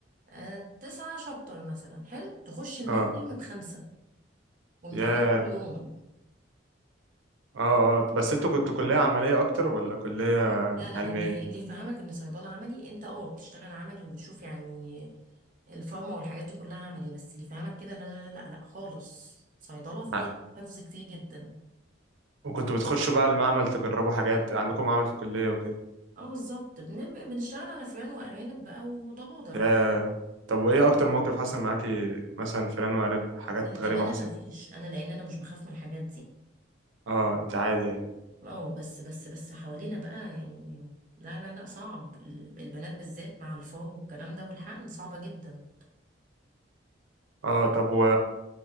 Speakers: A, on the right; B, on the right.
A: آه تسعة شابتر مثلا حلو تخش الميد
B: اه
A: ترم بخمسة وامتحانات
B: ياه
A: يا كل يوم
B: اه اه بس انتوا كنتوا كلية عملية اكتر ولا كلية
A: لا لا
B: علمية
A: اللي اللي يفهمك ان صيدله عملي انت اه بتشتغل عملي وبتشوف يعني الفارما والحاجات دي كلها عملي بس اللي يفهمك كده لا لا لا لا لا خالص صيدله فيها
B: آه.
A: حفظ كتير جدا
B: وكنتوا بتخشوا بقى المعمل تجربوا حاجات عندكم معمل في الكلية وكده
A: اه بالظبط بن- بنشتغل على فران وارانب بقى وضفادع
B: يا طب وايه اكتر موقف حصل معاكي مثلا فلان وقريب حاجات
A: للامانه
B: غريبة حصلت
A: ما فيش انا لان انا مش بخاف من الحاجات دي
B: اه انت عادي يعني
A: اه بس بس بس حوالينا بقى يعني لا لا لا صعب ال- البنات بالذات مع الفار والكلام ده والحقن صعبه جدا
B: اه طب و...